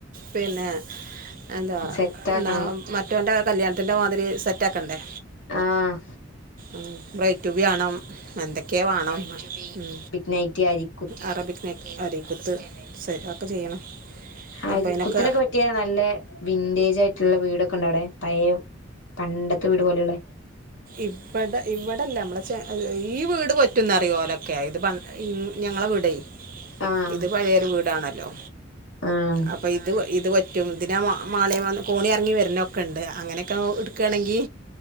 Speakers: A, on the right; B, on the left.
A: പിന്നെ എന്താ
B: സെറ്റ് ആക്കണം
A: ന്നാ മറ്റൊൻ്റെ കല്യാൺത്തിൻ്റെ മാതിരി സെറ്റാക്കണ്ടേ
B: ആഹ്
A: ഉ ബ്രൈറ്റൂബി വാണം എന്തൊക്കെ വാണം ഉം
B: നൈറ്റി ആരി
A: അറബിക്നെറ്റ്, അരീക്കുത്ത്, സേ ക്കെ ചെയ്യണം
B: അരികുത്തിനൊക്കെ
A: അപ്പൊ അതിനൊക്കെ
B: പറ്റിയെ നല്ല വിന്റേജ് ആയിട്ടുള്ള വീടൊക്കെണ്ടോ അവടെ പഴയെ പണ്ടത്തെ വീട് പോലെയുള്ള
A: ഇപ്പടെ ഇവിടെല്ല നമ്മള ചെ ഈ വീട് പറ്റുന്നറിയോ ഓലൊക്കെ ഇത്പ ഉം ഞങ്ങളെ വീടേ
B: ആഹ്
A: ഇത് പഴയൊരു വീടാണല്ലോ
B: ആഹ്
A: ഇപ്പം ഇത് ഇത് പറ്റും ഇതിന ആ മാളി കോണിഎറങ്ങി വരുന്നൊക്കെണ്ട് അങ്ങനെയൊക്കെ നൊ ഇട്ക്കാ ണെങ്കി